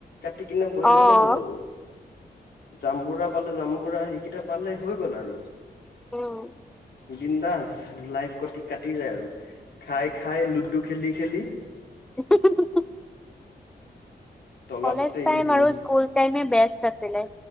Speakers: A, on the left; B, in the centre.
A: কাটি কিনে বহি
B: অ'
A: গ'লে হ'ল আৰু। জামবুঢ়া পালে জামবুঢ়া সেইকিটা পালে হৈ গ'ল আৰু।
B: উম।
A: বিন্দাস লাইফ কটি কাটি যায় আৰু খাই খাই লুডু খেলি খেলি।
B: হ <unintelligible>
A: তলত
B: কজ
A: এই উম
B: আৰু স্কুল টাইমে বেষ্ট আছিলে,